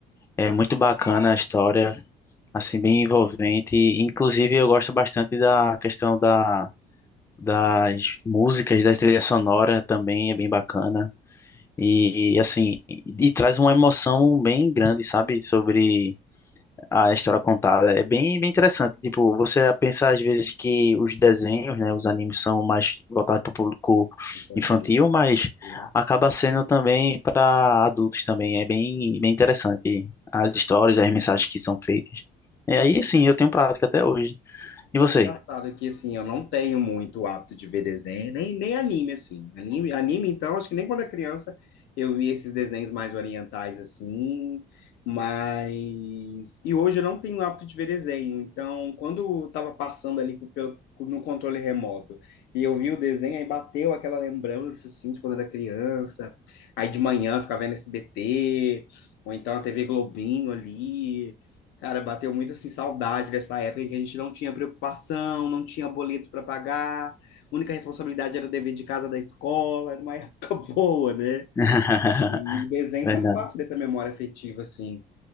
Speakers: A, on the left; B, on the left.
A: É muito bacana a história, assim, bem envolvente. Inclusive, eu gosto bastante da questão da das músicas, da trilha sonora também é bem bacana. E, e, assim, e, e traz uma emoção bem grande, sabe, sobre a história contada. É bem, bem interessante. Tipo, você pensa às vezes que os desenhos, né, os animes são mais voltados para o público
B: infantil,
A: infantil,
B: assim,
A: mas
B: criança.
A: acaba sendo também para adultos também. É bem, bem interessante as histórias, as mensagens que são feitas. E aí, sim, eu tenho prática até hoje. E você?
B: É engraçado que, assim, eu não tenho muito o hábito de ver desenho, nem, nem anime, assim. Anime, anime, então, acho que nem quando era criança eu vi esses desenhos mais orientais, assim, mas... E hoje eu não tenho o hábito de ver desenho, então, quando eu tava passando ali com- pelo, com- no controle remoto e eu vi o desenho, aí bateu aquela lembrança, assim, de quando era criança, aí de manhã eu ficava vendo SBT, ou então a TV Globinho ali... Cara, bateu muito assim saudade dessa época em que a gente não tinha preocupação, não tinha boleto para pagar, a única responsabilidade era o dever de casa da escola, era uma <laughs> época boa, né?
A: <laughs>
B: E, e desenho
A: Verdade.
B: faz parte dessa memória afetiva, assim.